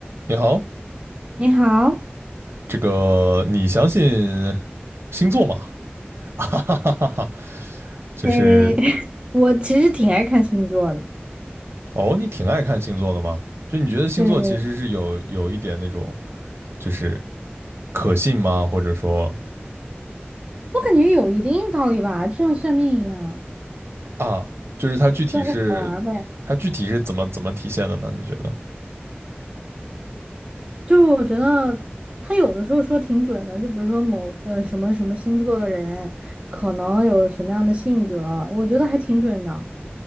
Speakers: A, on the right (about 80°); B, on the right (about 25°).
A: 你好，
B: 你好，
A: 这个你相信星座吗？<laughs> 哈哈哈哈哈，就是
B: 诶，<laughs> 我其实挺爱看星座的，
A: 哦，你挺爱看星座的吗？就你觉得星座其实是有有一点那种，
B: 对对，
A: 就是可信吗？或者说
B: 我感觉有一定道理吧，就像算命一样，
A: 啊，就是它具体是它具体是怎么怎么体现的呢？
B: 对，好玩儿呗。
A: 你觉得？
B: 就是我觉得他有的时候说挺准的，就比如说某呃什么什么星座的人可能有什么样的性格，我觉得还挺准的。